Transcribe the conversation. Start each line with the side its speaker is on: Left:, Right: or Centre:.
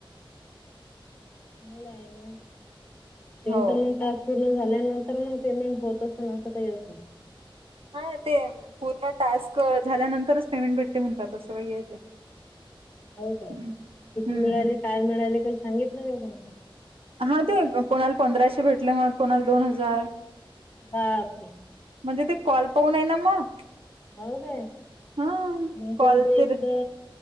Left: मला आहे ना त्यां
Right: हो.
Left: मग टास्क पूर्ण झाल्यानंतर मग पेमेंट होत असे असं काही अस
Right: हा ते पूर्ण टास्क झाल्यानंतरच पेमेंट भेटते म्हणतात. असं वगैरे ते.
Left: हो का
Right: हम्म
Left: किती
Right: हम्म.
Left: मिळाले काय मिळाले काही सांगितलं नाही का.
Right: हा ते कोणाला पंधराशे भेटले मग कोणाला दोन हजार.
Left: बापरे
Right: म्हणजे ते कॉल पाहून आहे ना मग.
Left: हो काय
Right: हा
Left: म्ह
Right: कॉल
Left: इथे
Right: तर
Left: एकदा